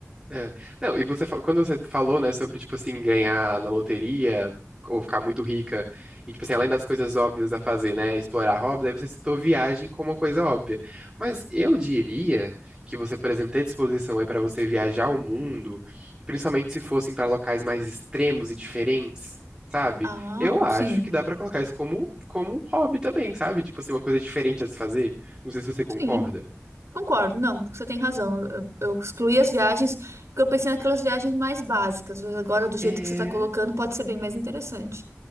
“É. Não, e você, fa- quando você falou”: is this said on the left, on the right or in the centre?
Right